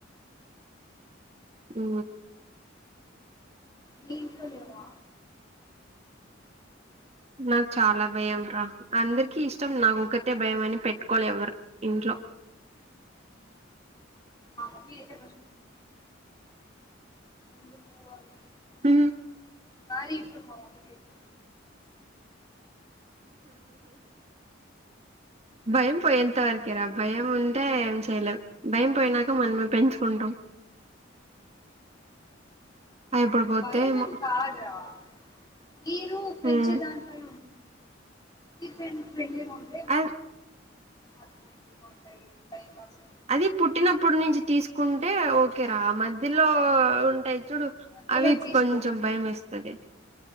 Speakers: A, on the right; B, on the left.
A: ఉ
B: మీ ఇంట్లో లేవా
A: నాకు చాలా భయం రా అందర్కి ఇష్టం నాకొకటే భయం అని పెట్టుకోలే ఎవరు ఇంట్లో
B: అవును మీ అయితే ఎందుకూ అవి
A: ఊ
B: సారి ఇప్పుడు మా మమ్మీ తిడ్తది
A: భయం పోయేంతవరకేరా భయం ఉంటే ఏం చేయలేం భయం పోయినాక మనమే పెంచుకుంటాం అది ఎప్పుడు పోద్దో
B: భయంమేం
A: ఏమో
B: కాద్రా మీరు పెంచేదానికి
A: ఉమ్
B: మీరు పెంచ్ చెంచడాన్కి
A: అ
B: ఆ ఫ్రెండ్లీ గా ఉంటై టైంపాస్
A: అది పుట్టినప్పుడు నించి తీస్కుంటే ఒకే రా మాద్ దిలో
B: ఆ అవును
A: ఉంటాయి చూడూ
B: మధ్యలో
A: అవి
B: తీసుకోకూడదు
A: కొంచెం భయం ఎస్తది